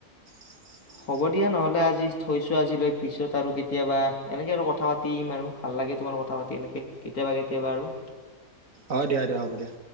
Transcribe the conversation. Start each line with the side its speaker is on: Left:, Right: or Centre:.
Right: <inaudible>
Left: হ'ব দিয়া নহ'লে আজি থৈছোঁ আজিলৈ পিছত আৰু কেতিয়াবা এনেকৈ আৰু কথা পাতিম আৰু ভাল লাগে তোমাৰ কথা পাতি। তেনেকৈ কেতিয়াবা কেতিয়াবা আৰু।
Right: অ', দিয়া দিয়া হ'ব দিয়া।